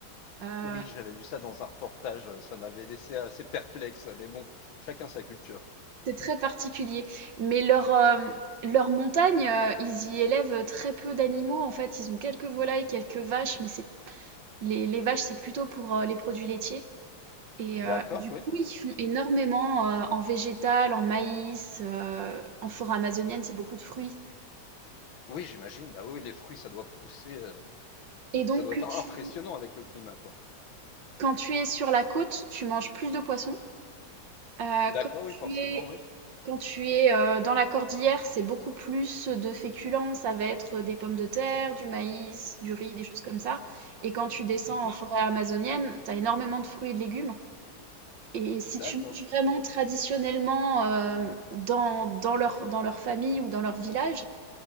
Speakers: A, on the right (about 65°); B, on the left (about 75°).
A: heu,
B: Oui, j'avais vu ça dans un reportage, euh, ça m'avait laissé assez perplexe, mais bon, chacun sa culture.
A: c'est très particulier. Mais leur, hem, leur montagne, heu, ils y élèvent très peu d'animaux en fait. Ils ont quelques volailles, quelques vaches, mais c'est les les vaches, c'est plutôt pour, heu, les produits laitiers et
B: D'accord,
A: heu, du
B: oui.
A: coup, ils font énormément, heu, en végétal, en maïs, heu, en forêt amazonienne, c'est beaucoup de fruits
B: Oui, j'imagine, bah oui, les fruits, ça doit pousser, euh,
A: et
B: ça,
A: donc
B: ça doit
A: que
B: être
A: tu
B: impressionnant avec le climat, quoi.
A: quand tu es sur la côte, tu manges plus de poissons Euh,
B: D'accord,
A: quand
B: oui, forcément,
A: tu es,
B: oui.
A: quand tu es euh, dans la cordillère, c'est beaucoup plus de féculents. Ça va être des pommes de terre, du maïs, du riz, des choses comme ça. Et quand tu descends
B: Mhm.
A: en forêt amazonienne, t'as énormément de fruits et de légumes. Et
B: D'accord.
A: si tu manges vraiment traditionnellement euh, dans, dans leur, dans leur famille ou dans leur village,